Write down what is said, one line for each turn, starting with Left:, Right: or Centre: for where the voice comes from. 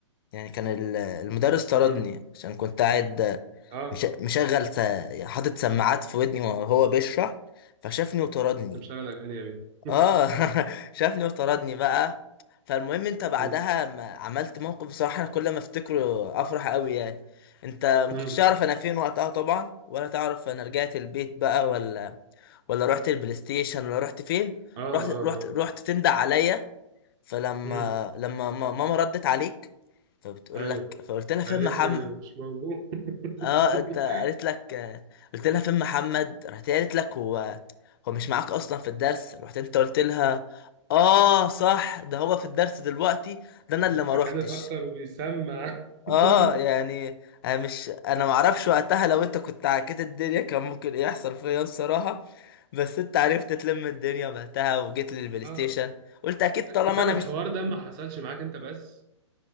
Left: يعني كان ال- المدرس طردني
Right: امم
Left: عشان كنت قاعد
Right: اه
Left: مش- مشغل س- حاطط سماعات في ودني وهو بيشرح فشافني وطردني
Right: كنت مشغل اغاني يا بيه
Left: اه <laughs> شافني وطردني بقى فالمهم انت بعدها
Right: <laughs>
Left: ما عملت موقف بصراحة انا كل ما افتكره افرح قوي يعني انت ما
Right: امم
Left: كنتش تعرف انا فين وقتها طبعا ولا تعرف انا رجعت البيت بقى ولا ولا رحت البلاي ستيشن ولا رحت فين
Right: اه اه
Left: رحت رحت
Right: اه
Left: رحت تندع عليا فلما
Right: امم
Left: لما ما- ماما ردت عليك فبتقول
Right: ايوه
Left: لك فقلت لها فين
Right: قالت
Left: محمد
Right: لي مش موجود <laughs>
Left: اه انت قالت لك آه، قلت لها فين محمد راحت هي قالت لك هو هو مش معاك اصلا في الدرس رحت انت قلت لها اه صح ده هو في الدرس دلوقتي ده انا
Right: ده
Left: اللي ما روحتش
Right: كان اتاخر وبيسمع
Left: اه
Right: <laughs>
Left: يعني انا مش انا ما اعرفش وقتها لو انت كنت عكيت الدنيا كان ممكن ايه يحصل فيا بصراحة بس انت عرفت تلم الدنيا وقتها وجيت للبلاي
Right: اه
Left: ستيشن قلت اكيد طالما
Right: تعرف
Left: انا
Right: الحوار
Left: مش
Right: ده ما حصلش معاك انت بس